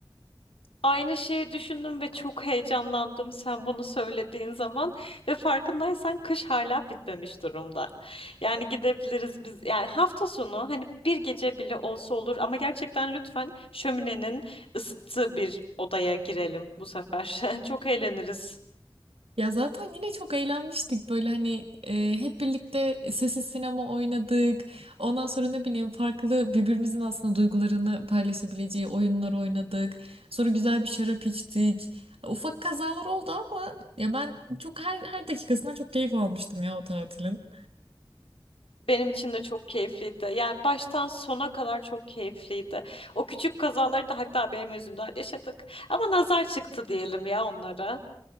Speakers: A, on the left; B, on the right.
A: Aynı şeyi düşündüm ve çok heyecanlandım sen bunu söylediğin zaman ve farkındaysan kış hala bitmemiş durumda. Yani gidebiliriz biz yani hafta sonu hani bir gece bile olsa olur ama gerçekten lütfen şöminenin ısıttığı bir odaya girelim bu sefer. <laughs> Çok eğleniriz.
B: Ya zaten yine çok eğlenmiştik böyle hani e, hep birlikte sessiz sinema oynadık. Ondan sonra ne bileyim farklı birbirimizin aslında duygularını paylaşabileceği oyunlar oynadık. Sonra güzel bir şarap içtik. Ufak kazalar oldu ama ya ben çok her her dakikasından çok keyif almıştım ya o tatilin.
A: Benim için de çok keyifliydi. Yani baştan sona kadar çok keyifliydi. O küçük kazaları da hatta benim yüzümden yaşadık. Ama nazar çıktı diyelim ya onlara.